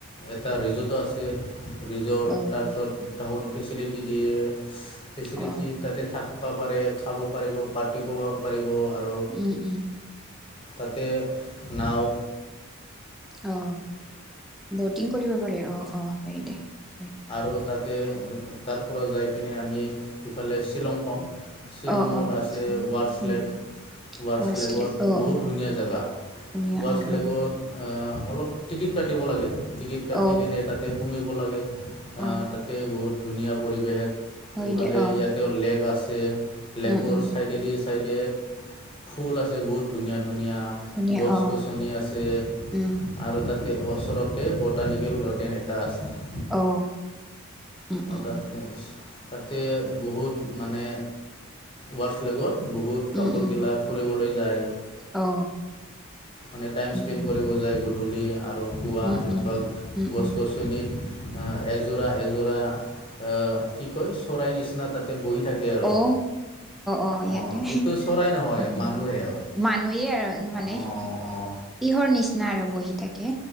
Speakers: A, on the left; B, in the centre.
A: এটা ৰিজৰ্টো আছে ৰিজৰ্ট
B: অ
A: তাৰপিছত টাউন ফেচিলিটি দিয়ে ফেচিলিটি
B: অ
A: তাতে থাকিব পাৰে খাব পাৰিব পাৰ্টি কৰিব পাৰিব আৰু
B: উম উম
A: তাতে নাওঁ
B: অ বটিং কৰিব পাৰে অ অ সেই দে হয়
A: ত তাতে তাৰ পৰা যাই কিনে আমি ইফালে শ্বিলং পাওঁ শ্বিলঙত
B: অ অ
A: আছে ৱাৰছলেক
B: উম
A: ৱাৰছলেগত
B: ৱাছলি অ
A: বহুত
B: অ
A: ধুনীয়া জেগা
B: ধুনীয়া
A: ৱাৰছলেগত
B: উম উম
A: অলপ টিকেট কাটিব লাগে টিকেট কাটিকেনে
B: অ
A: তাতে সোমাব লাগে
B: অ
A: তাতে বহুত ধুনীয়া পৰিৱেশ
B: হয়
A: এইফালে
B: দে অ
A: ইয়াতেও লেক আছে লেকৰ
B: উম উম
A: চাইডেদি চাইডে ফুল আছে বহুত ধুনীয়া ধুনীয়া
B: ধুনীয়া
A: গছ
B: অ
A: গছনি আছে
B: উম
A: আৰু তাত ওচৰতে বটানিকেল গাৰৰ্ডেন এটা আছে
B: অ উম
A: অ
B: উম
A: তাত তাতে বহুত মানে ৱাৰছলেগত বহুত
B: উম
A: কপোল
B: উম
A: গিলা ফুৰিবলৈ যায়
B: অ
A: মানে টাইম স্পেণ্ড
B: উম উম
A: কৰিব যায় গধূলি আৰু খুৱা
B: উম
A: এনেকোৱা
B: উম উম
A: গছ
B: উম
A: গছনিত অ এযোৰা এযোৰা আ কি কয় চৰাই নিচিনা তাতে বহি থাকে আৰু
B: অ অ
A: অঁ
B: ইয়াতে
A: এইটো চৰাই নহয়
B: উম উম
A: মানুহে হয়
B: মানুহেই আৰু মানে
A: অঁ অঁ
B: ইহৰ নিচিনা আৰু বহি থাকে